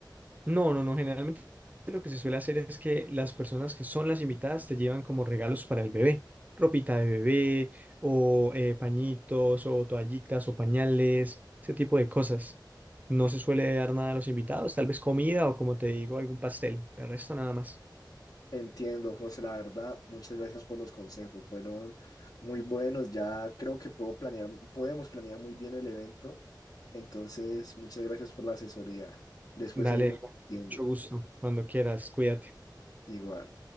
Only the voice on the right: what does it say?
No, no, no. Generalmente lo que se suele hacer es que las personas que son las invitadas te llevan como regalos para el bebé, ropita de bebé o eh, pañitos o toallitas o pañales, ese tipo de cosas. No se suele dar nada a los invitados, tal vez comida o como te digo, algún pastel. De resto nada más.
Dale,
Diana,
mucho gusto. Cuando quieras, cuídate.